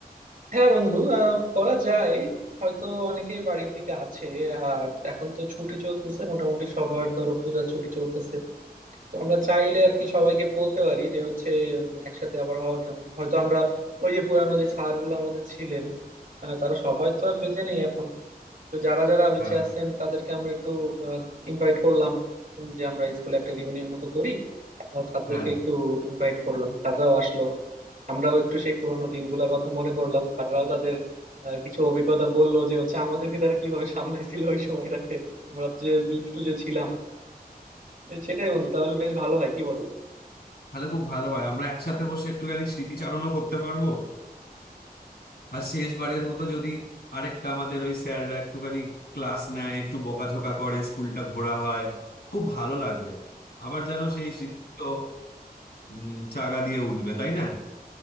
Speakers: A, on the right (about 55°); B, on the left (about 85°).
A: হ্যাঁ বন্ধু আহ করা যায় হয়তো অনেকেই বাড়ির দিকে আছে আর এখন তো ছুটি চলতেছে মোটামুটি সবার ধরো পূজার ছুটি চলতেছে তো আমরা চাইলে আর কি সবাইকে বলতে পারি যে হচ্ছে উম, একসাথে আবার হওয়ার জন্য হয়তো আমরা ওই যে পুরানো যে স্যার গুলো আমাদের ছিলেন আহ, তারা সবাই তো আর বেঁচে নেই এখন তো যারা যারা বেঁচে
B: হ্যাঁ
A: আছেন তাদেরকে আমরা একটু ইনভাইট করলাম উম, যে আমরা স্কুলে একটা রিউনিয়ন মতো করি আহ, স্যারদেরকে
B: হ্যাঁ
A: একটু ইনভাইট করলাম স্যাররাও আসলো আমরাও একটু সেই পুরানো দিনগুলোর কথা মনে করলাম স্যাররাও তাদের আহ, কিছু অভিজ্ঞতা বললো যে হচ্ছে আমাদেরকে তারা কিভাবে সামলাইছিল ওই সময়টাতে আমরা যে দুষ্টু যে ছিলাম তো সেটাই বন্ধু তাহলে বেশ ভালো হয় কি বলো
B: তাহলে খুব ভালো হয় আমরা একসাথে বসে একটুখানি স্মৃতিচারণও করতে পারবো আর শেষবারের মতো যদি আরেকটা আমাদের ওই স্যাররা একটুখানি ক্লাস নেয় একটু বকাঝকা করে স্কুলটা ঘোরা হয় খুব ভালো লাগবে আবার যেন সেই স্মৃতিগুলো উম, চাগা দিয়ে উঠবে তাই না